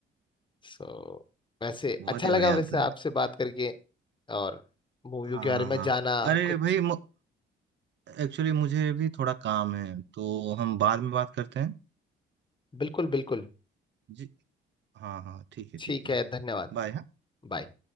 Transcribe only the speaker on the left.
सो वैसे
अच्छा
लगा
वैसे
आपसे
बात करके और मूवियों
के बारे
में
जाना
कुछ
बिल्कुल बिल्कुल
ठीक
है धन्यवाद
बाय